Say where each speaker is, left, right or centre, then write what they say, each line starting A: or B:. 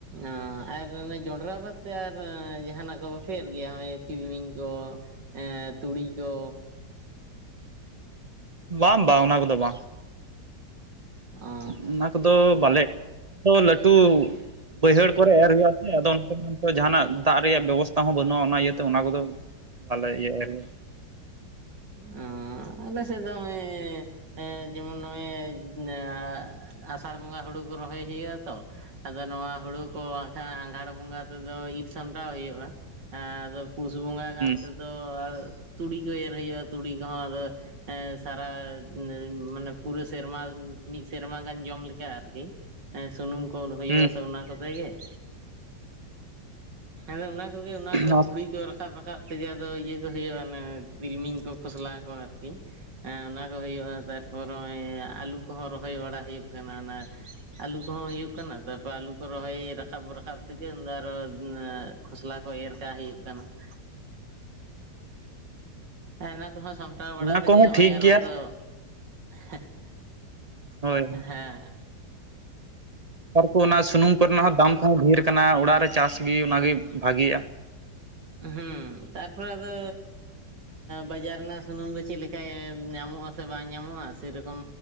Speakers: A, on the right; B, on the right.
A: ᱚ ᱟᱨ ᱡᱚᱱᱰᱨᱟ ᱵᱟᱫ ᱛᱮ ᱟᱨ ᱡᱟᱦᱟᱸᱱᱟᱜ ᱠᱚ ᱵᱟᱯᱮ ᱮᱨ ᱜᱮᱭᱟ ᱱᱚᱜ-ᱚᱭ ᱛᱤᱞᱢᱤᱧ ᱠᱚ? ᱮ ᱛᱩᱲᱤ ᱠᱚ?
B: ᱵᱟᱝ ᱵᱟᱝ ᱚᱱᱟ ᱠᱚᱫᱚ ᱵᱟᱝ ᱾
A: ᱚ
B: <unintelligible> ᱚᱱᱟ ᱠᱚᱫᱚ ᱵᱟᱞᱮ <inaudible> ᱚᱱᱟ ᱫᱚ ᱞᱟᱹᱴᱩ <inaudible> ᱵᱟᱹᱭᱦᱟᱹᱲ ᱠᱚᱨᱮ ᱮᱨ ᱦᱩᱭᱩᱜ-ᱟ ᱥᱮ ᱟᱫᱚ ᱚᱱᱟ ᱠᱚᱨᱮ ᱡᱟᱦᱟᱱᱟᱜ ᱫᱟᱜ ᱨᱮᱭᱟᱜ ᱵᱮᱵᱚᱥᱛᱷᱟ ᱦᱚᱸ ᱵᱟᱹᱱᱩᱜ-ᱟ ᱚᱱᱟ ᱤᱭᱟᱹᱛᱮ ᱚᱱᱟ ᱠᱚᱫᱚ <inaudible> ᱵᱟᱞᱮ ᱤᱭᱟᱹᱭᱟ ᱾
A: ᱚᱸᱻ ᱟᱞᱮ ᱥᱮᱜ ᱫᱚ ᱦᱚᱸᱜ-ᱚᱹᱭ ᱡᱮᱢᱚᱱ ᱱᱚᱜ-ᱚᱭ <unintelligible> ᱟᱥᱟᱲ ᱵᱚᱸᱜᱟ ᱦᱳᱲᱳ ᱠᱚ ᱨᱚᱦᱚᱭ ᱦᱩᱭᱩᱜ-ᱟ ᱛᱚ ᱟᱫᱚ ᱱᱚᱣᱟ ᱦᱩᱲᱩ ᱠᱚ ᱦᱮ ᱟᱸᱜᱷᱟᱲ ᱵᱚᱸᱜᱟ ᱛᱮᱫᱚ ᱤᱨ ᱥᱟᱢᱴᱟᱣ ᱦᱩᱭᱩᱜ-ᱟ ᱮᱸᱻ ᱟᱫᱚ ᱯᱩᱥ ᱵᱚᱸᱜᱟ
B: ᱦᱩᱸ
A: ᱜᱟᱱ ᱛᱮᱫᱚ ᱛᱩᱲᱤ ᱠᱚ ᱮᱨ ᱦᱩᱭᱩᱜ-ᱟ ᱛᱩᱲᱤ ᱠᱚᱦᱚᱸ ᱟᱫᱚ ᱮᱸ ᱥᱟᱨᱟ <unintelligible> ᱢᱟᱱᱮ ᱯᱩᱨᱟᱹ ᱥᱮᱨᱢᱟ ᱢᱤᱫ ᱥᱮᱨᱢᱟ ᱜᱟᱱ ᱡᱚᱢ ᱞᱮᱠᱟ ᱟᱨᱠᱤ ᱾ ᱮ ᱥᱩᱱᱩᱢ ᱠᱚ ᱦᱩᱭᱩᱜ-ᱟ
B: ᱦᱩᱸ
A: ᱛᱚ ᱚᱱᱟ ᱠᱚᱛᱮ ᱜᱮ ᱾ ᱦᱮᱸᱫᱚ ᱚᱱᱟ ᱠᱚᱜᱮ ᱚᱱᱟ
B: ᱦᱩᱸ
A: ᱠᱚ ᱛᱩᱲᱤ ᱠᱚ ᱨᱟᱠᱟᱵ-ᱨᱟᱠᱟᱵ ᱛᱮᱜᱮ ᱟᱫᱚ ᱤᱭᱟᱹ ᱠᱚ ᱦᱩᱭᱩᱜ-ᱟ ᱚᱱᱮ ᱛᱤᱞᱢᱤᱧ ᱠᱚ ᱠᱷᱚᱥᱞᱟ ᱠᱚ ᱟᱨᱠᱤ ᱾ ᱦᱮᱸ ᱚᱱᱟ ᱠᱚ ᱦᱩᱭᱩᱜ-ᱟ ᱛᱟᱨᱯᱚᱨᱮ ᱟᱹᱞᱩ ᱠᱚᱦᱚᱸ ᱨᱚᱦᱚᱭ ᱵᱟᱲᱟ ᱦᱩᱭᱩᱜ ᱠᱟᱱᱟ ᱚᱱᱟ ᱟᱞᱩ ᱠᱚᱦᱚᱸ ᱦᱩᱭᱩᱜ ᱠᱟᱱᱟ ᱛᱟᱨ ᱯᱚᱨ ᱟᱞᱩ ᱠᱚ ᱨᱚᱦᱚᱭ ᱨᱟᱠᱟᱵ-ᱨᱟᱠᱟᱵ ᱛᱮᱜᱮ ᱩᱱᱫᱚ ᱟᱨᱚ ᱮ ᱠᱷᱚᱥᱞᱟ ᱠᱚ ᱮᱨ ᱠᱟᱜ ᱦᱩᱭᱩᱜ ᱠᱟᱱᱟ ᱾ ᱚᱱᱟ ᱠᱚᱦᱚᱸ ᱥᱟᱢᱴᱟᱣ ᱵᱟᱲᱟ
B: ᱚᱱᱟ
A: ᱛᱮᱜᱮ
B: ᱠᱚᱦᱚᱸ
A: ᱱᱚᱜ-ᱚᱭ
B: ᱴᱷᱤᱠ
A: ᱟᱨᱚ
B: ᱜᱮᱭᱟ
A: ᱫᱚ <unintelligible>
B: ᱦᱳᱭ
A: ᱦᱮᱸ
B: ᱱᱮᱛᱟᱨ ᱠᱚ ᱚᱱᱟ ᱥᱩᱱᱩᱢ ᱠᱚᱨᱮᱱᱟᱜ ᱦᱚᱸ ᱫᱟᱢ ᱠᱚᱦᱚᱸ ᱰᱷᱮᱨ ᱟᱠᱟᱱᱟ ᱚᱲᱟᱜ ᱨᱮ ᱪᱟᱥ ᱜᱮ ᱚᱱᱟᱜᱮ ᱵᱷᱟᱜᱤᱜ-ᱟ ᱾
A: ᱦᱩᱸ ᱛᱟᱨᱯᱚᱨ ᱟᱫᱚ ᱵᱟᱡᱟᱨ ᱨᱮᱱᱟᱜ ᱥᱩᱱᱩᱢ ᱫᱚ ᱪᱮᱫ ᱞᱮᱠᱟᱭ ᱧᱟᱢᱚᱜ ᱟᱥᱮ ᱵᱟᱝ ᱧᱟᱢᱚᱜ-ᱟ ᱥᱮᱨᱚᱠᱚᱢ